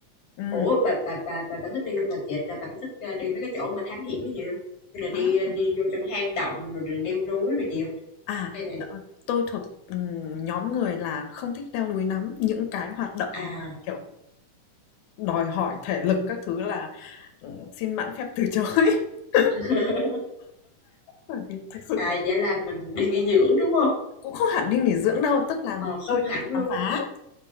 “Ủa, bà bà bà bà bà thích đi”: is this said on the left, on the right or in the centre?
Left